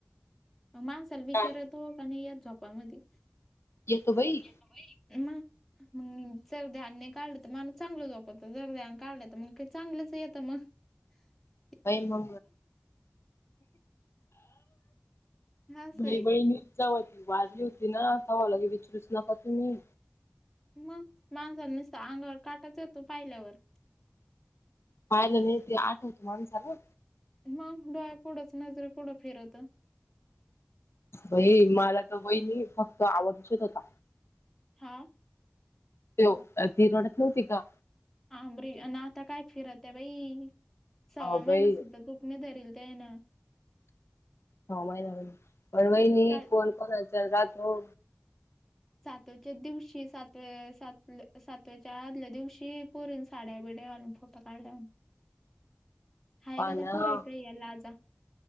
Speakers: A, in the centre; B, on the left.
A: माणसाला विचारत
B: हा
A: हो का नाही यात झोपामध्ये
B: येतो बाई
A: म मग जरद्यानी काढलं तर माण चांगलं झोपत जरद काढलं तर मग काही चांगलंच येतं मग हम
B: वई म
A: असं
B: भई
A: आहे
B: बहीणीच जाव त वारली होती ना कावाला की विचरूच नका तुम्ही
A: मग माणस नुसत अंगावर काटाच येतो पाहिल्यावर
B: पाहाला नाही ते आठवतो माणसाला
A: मग डोळ्या पुढंच नजरे पुढं फिरत
B: बई मला तर बहीणी फक्त आवज उचत होता
A: हा
B: त ती रडत नव्हती का
A: आंबरी ना आता काय फिरत आहे बाई सव्वा
B: अहो बाई
A: महिना सुद्धा कुकण धरील ते आहे ना
B: न महिना म पर वईनी
A: काय
B: कोण कोण अ चल रा तो
A: सातवाच्या दिवशी सात्या सातव्याच्या आदल्या दिवशी परून साड्या बिडे्या अनुभव प काढल्याून हाय
B: पाना
A: कादा पूर आहे का या लाजा